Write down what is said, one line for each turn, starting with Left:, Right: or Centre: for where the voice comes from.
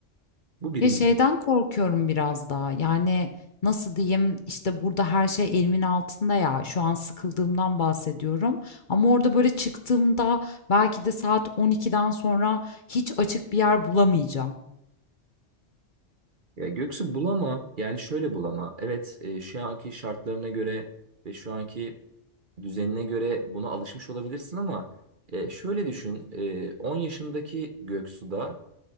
Right: Bu birinci.
Left: Ya şeyden korkuyorum biraz daha. Yani nasıl diyeyim işte burada her şey elimin altında ya. Şu an sıkıldığımdan bahsediyorum. Ama orada böyle çıktığımda belki de saat 12'den sonra hiç açık bir yer bulamayacağım.
Right: Ya Göksu bulama yani şöyle bulama. Evet e, şu anki şartlarına göre ve şu anki düzenine göre buna alışmış olabilirsin ama e, şöyle düşün e, 10 yaşındaki Göksu da